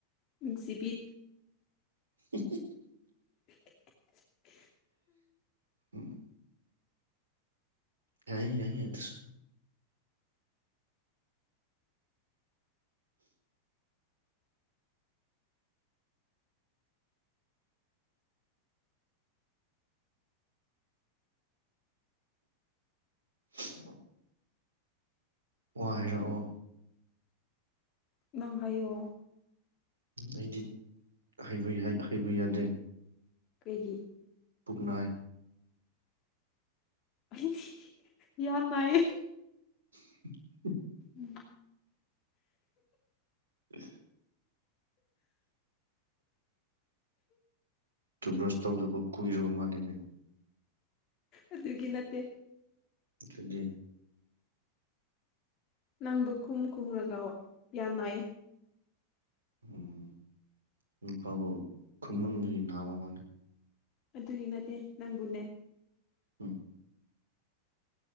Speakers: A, on the left; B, on the right.
A: ꯛꯁꯤꯕꯤ
B: <unintelligible>
A: <inaudible>
B: ꯑ ꯌꯥ ꯌꯥꯏ ꯌꯥꯁꯨ ꯎ ꯋꯥ ꯍꯥꯏꯔꯛꯑꯣ
A: ꯅꯪ ꯍꯥꯏꯌ
B: ꯑꯩꯗꯤ ꯍꯥꯏꯕ ꯌꯥꯗꯦ
A: ꯀꯩꯒꯤ
B: ꯄꯨꯛꯅꯥꯏ
A: ꯑꯩ ꯌꯥꯝ ꯅꯥꯌꯦ
B: <inaudible>
A: ꯎꯝ
B: ꯑ ꯇꯨꯠ ꯕ꯭ꯔꯁ ꯇꯧꯗꯕ ꯀꯨꯏꯔꯕ ꯃꯥꯜꯂꯤꯅꯦ
A: ꯑꯗꯨꯒ ꯅꯠꯇꯦ
B: ꯗꯤ
A: ꯅꯪꯕꯨ ꯀꯨꯝ ꯈꯨꯝꯔꯒꯥꯎ ꯌꯥꯅꯥꯏ
B: ꯎꯝ ꯏꯄꯥꯕꯨ ꯈꯨꯨꯝꯟꯕꯒꯤ ꯅꯥꯃ ꯃꯅꯦ
A: ꯑꯗꯨꯒꯤ ꯅꯠꯇꯦ ꯅꯪꯕꯨꯅꯦ
B: ꯎꯝ